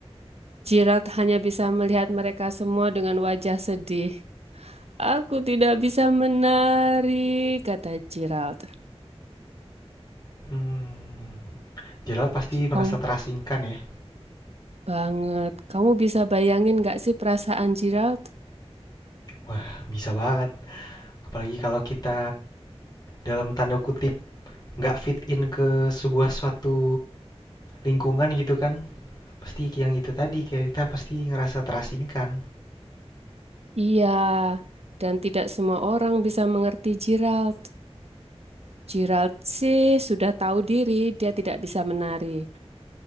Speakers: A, on the right; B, on the left.
A: Gerald hanya bisa melihat mereka semua dengan wajah sedih. Aku tidak bisa menari, kata Gerald.
B: Hmm, Gerald pasti merasa
A: Kamu
B: terasingkan ya.
A: banget. Kamu bisa bayangin gak sih perasaan Gerald?
B: Wah, bisa banget. Apalagi kalau kita dalam tanda kutip nggak fit in ke sebuah suatu lingkungan gitu kan. Pasti yang itu tadi, kita pasti ngerasa terasingkan.
A: Iya, dan tidak semua orang bisa mengerti Gerald. Gerald sih sudah tahu diri, dia tidak bisa menari.